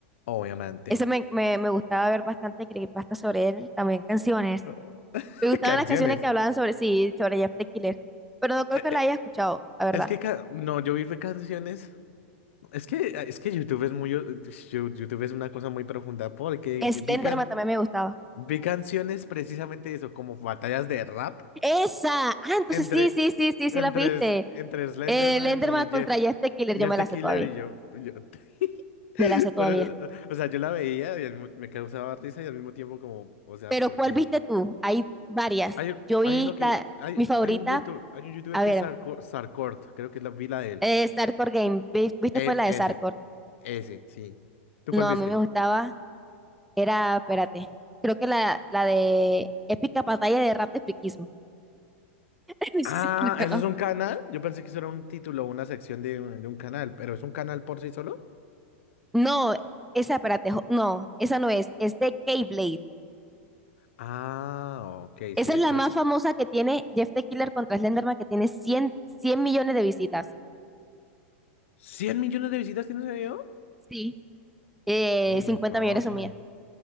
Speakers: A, on the left; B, in the centre.
A: obviamente.
B: Ese me, me, me gustaba ver bastante creepypasta sobre él, también canciones.
A: <laughs>
B: Me gustaban
A: Canciones.
B: las canciones que hablaban sobre sí, sobre Jeff the Killer. Pero no creo
A: Eh,
B: que
A: eh,
B: la haya escuchado, la verdad.
A: es que, ca- no, yo vi fue canciones. Es que, ah, es que YouTube es muy, yo- YouTube es una cosa muy profunda porque
B: Slenderman
A: vi, can-
B: también me gustaba.
A: vi canciones precisamente de eso, como batallas de rap.
B: ¡Esa! Ah, entonces
A: Entre,
B: sí, sí, sí, sí, sí,
A: entre,
B: las viste.
A: S- entre Slenderman
B: Eh, Slenderman
A: y Jeff.
B: contra Jeff the Killer,
A: Jeff
B: yo me
A: the
B: la sé
A: Killer
B: todavía.
A: y yo. yo- <laughs>
B: Me la sé todavía.
A: Por eso- o sea, yo la veía y al mismo- me causaba risa y al mismo tiempo como, o sea,
B: Pero
A: porque...
B: ¿cuál viste tú? Hay varias.
A: Hay, un-
B: Yo vi
A: hay uno que...
B: la,
A: Hay,
B: mi favorita,
A: hay un YouTube, hay un youtuber
B: a
A: que
B: ver,
A: es Sarco- Sarkort, creo que es la vila de él.
B: eh, Sarkor Game. Vi- ¿Viste?
A: Eh,
B: Fue la de
A: ese,
B: Sarkor.
A: ese, sí. ¿Tú
B: No,
A: cuál viste?
B: a mí me gustaba, era, espérate, creo que la, la de Épica Batalla de Rap de Friquismo. <laughs>
A: Ah,
B: Sí, la conozco.
A: ¿eso es un canal? Yo pensé que eso era un título o una sección de, un- de un canal, pero ¿es un canal por sí solo?
B: No, esa, espérate, jo- no, esa no es, es de K-Blade.
A: Ah, ok,
B: Esa
A: sí es,
B: es la
A: sí
B: más
A: es.
B: famosa que tiene Jeff the Killer contra Slenderman, que tiene cien cien millones de visitas.
A: cien millones de visitas tiene ese video?
B: Sí. Eh,
A: Uy,
B: 50
A: parce.
B: millones son mías.